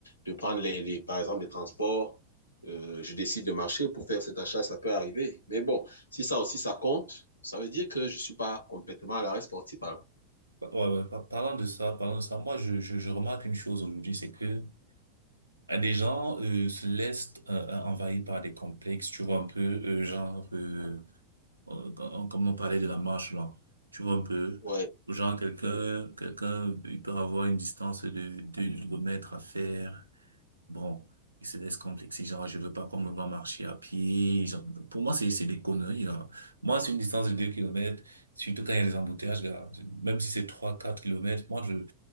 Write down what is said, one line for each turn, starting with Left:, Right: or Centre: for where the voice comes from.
Left: de prendre, les, les, par exemple, les transports. Euh, je décide de marcher pour faire cet achat, ça peut arriver. Mais bon, si ça aussi, ça compte, ça veut dire que je suis pas complètement à l'arrêt sportif. Alors.
Right: Ouais, ouais, par- parlant de ça, parlant de ça, moi, je, je, je remarque une chose aujourd'hui, c'est que Euh, Des gens euh, se laissent euh, euh, envahir par des complexes, tu vois un peu, euh, genre, euh, euh, quand- comme on parlait de la marche là, tu vois un peu,
Left: Ouais,
Right: genre quelqu'un,
Left: ouais.
Right: quelqu'un, il peut avoir une distance de 2 kilomètres à faire, bon, il se laisse complexer, genre, je veux pas qu'on me voit marcher à pied, genre, pour moi, c'est c'est des conneries, là. Moi, c'est une distance de 2 kilomètres, surtout quand il y a des embouteillages, là, même si c'est trois quatre kilomètres, moi, je,